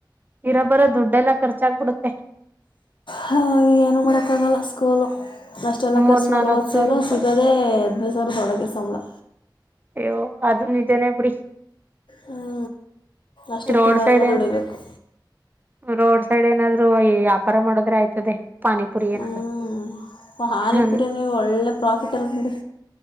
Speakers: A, on the right (about 25°); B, on the left (about 85°).
A: ಇರಾಬರೋ ದುಡ್ಡೆಲ್ಲ ಖರ್ಚಾಗ್ಬಿಡುತ್ತೆ.
B: ಹಾ ಏನು ಮಾಡಕಾಗಲ್ಲ ಸ್ಕೂಲು ಅಷ್ಟೆಲ್ಲ
A: ಮೂರ್
B: ಖರ್ಚು ಮಾಡಿ
A: ನಾಲ್ಕ್
B: ಓದ್ಸನು
A: ಸಾವಿರ ರೂಪಾಯಿ
B: ಸಿಗೋದೇ ಹದನೈದ ಸಾವ್ರದೊಳಗೆ ಸಂಬಳ
A: ಅಯ್ಯೋ ಅದು ನಿಜನೇ ಬುಡಿ
B: ಹ್ಞೂ ಅಷ್ಟಕ್ಕೆ
A: ರೋಡ್
B: ತಿಂಗಳೆಲ್ಲ
A: ಸೈಡ್
B: ದುಡಿಬೇಕು
A: ಏನ್ ರೋಡ್ ತಡಿ ಏನಾದ್ರು ವ್ಯಾಪಾರ ಮಾಡದ್ರೆ ಆಯ್ತದೆ. ಪಾನಿಪುರಿ ಏನಾದ್ರು
B: ಹ್ಮೂ ಪಾನಿಪುರಿನೆ
A: ಹನ್
B: ಈಗೊಳ್ಳೆ ಪ್ರಾಫಿಟ್ಟಲ್ ಬಿಡಿ